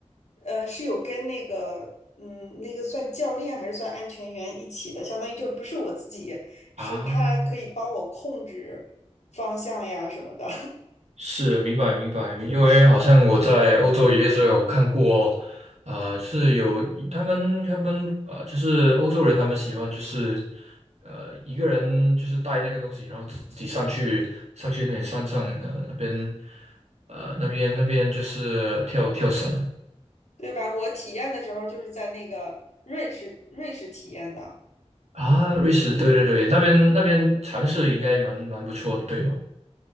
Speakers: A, on the left; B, on the right.
A: 呃，是有跟那个，嗯，那个算教练还是算安全员一起的，相当于就不是我自己，是他可以帮我控制方向呀什么的，
B: 啊？是明白明白，因为好像我在欧洲也是有看过，呃，是有他们他们呃，就是欧洲人他们喜欢就是呃一个人就是带那个东西，然后自己上去上去那里山上呃那边呃那边那边就是跳跳绳
A: <laughs> 对吧？我体验的时候就是在那个瑞士，瑞士体验的，
B: 啊，瑞士对对对，那边那边尝试应该蛮蛮不错的，对吗？